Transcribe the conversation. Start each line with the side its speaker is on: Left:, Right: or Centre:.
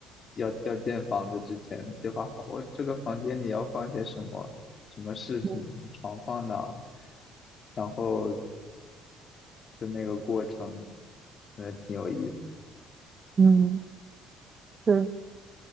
Left: 要要建房子之前计划好，我这个房间里要放些什么什么饰品，
Right: 嗯
Left: 床放哪儿，然后就那个过程，真的挺有意思。
Right: 嗯，就是